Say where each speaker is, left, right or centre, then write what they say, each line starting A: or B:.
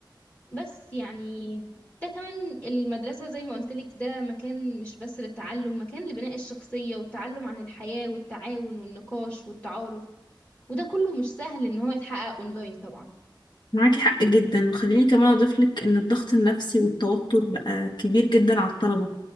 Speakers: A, on the left; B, on the left.
A: بس يعني ده كمان المدرسة زي ما قلتلك ده مكان مش بس للتعلم مكان لبناء الشخصية والتعلم عن الحياة والتعاون والنقاش والتعارف وده كله مش سهل إن هو يتحقق أونلاين طبعا
B: معاكي حق جدا وخليني كمان اضيف لك ان الضغط النفسي والتوتر بقى كبير جدا على الطلبة